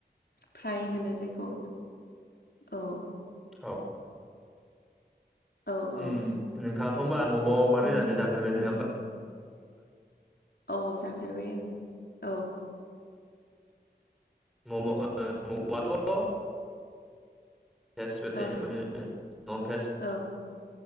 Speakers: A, on the left; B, in the centre.
A: फ्राय होनो जायखौ औ
B: औ
A: औ
B: उम
A: औ
B: नोंथाङाथ' होनबा मम' बानायनानै
A: नों
B: जाफेरबाय नङा
A: उम
B: होमबा?
A: औ जाफेरबाय ओं औ
B: मम' ओ <unintelligible> भेजबो
A: औ
B: थायो माने नन भेज
A: औ